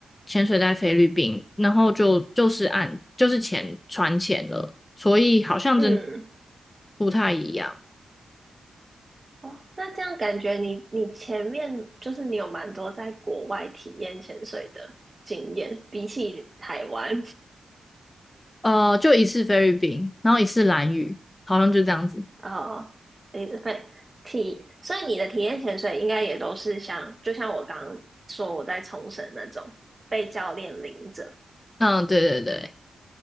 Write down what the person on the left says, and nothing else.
潜水在菲律宾，然后就就是岸，就是潜船潜了，所以好像真
不太一样。
呃，就一次菲律宾，然后一次蓝屿，好像就这样子。
嗯，对对对。